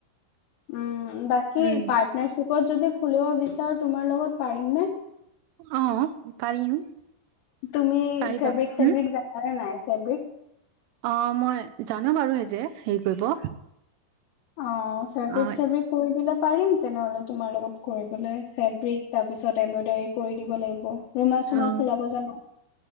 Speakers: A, on the left; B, on the right.
A: উম, বাকী
B: উম
A: পাৰ্টনাৰশ্বিপত যদি খুলিব বিচাৰো, তোমাৰ লগত পাৰিম নে?
B: অ', পাৰিম।
A: তুমি
B: পাৰিবা
A: ফেব্ৰিক,
B: হম
A: চেব্ৰিক জানানে নাই, ফেব্ৰিক?
B: অ' মই জানো বাৰু, এই যে হেৰি কৰিব।
A: অ', ফেব্ৰিক,
B: অ
A: চেব্ৰিক কৰি দিলে, পাৰিম তেনেহ'লে। তোমাৰ লগত কৰিবলে, ফেব্ৰিক, তাৰপিছত এম্ব্ৰইডাৰী কৰি দিব লাগিব। ৰুমাল, চোমাল
B: অ
A: চিলাব জানা?